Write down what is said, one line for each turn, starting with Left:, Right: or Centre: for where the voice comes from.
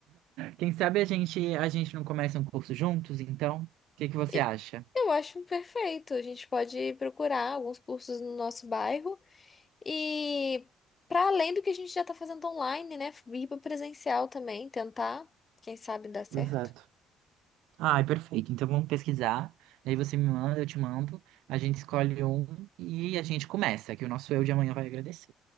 Right: quem sabe a gente, a gente não começa um curso juntos, então? O que que você
Left: E
Right: acha?
Left: eu acho perfeito. A gente pode procurar alguns cursos no nosso bairro e para além do que a gente já está fazendo online, né? Ir para presencial também, tentar, quem sabe dá certo.
Right: Exato. Ah, perfeito. Então vamos pesquisar. Aí você me manda, eu te mando. A gente escolhe um e a gente começa, que o nosso eu de amanhã vai agradecer.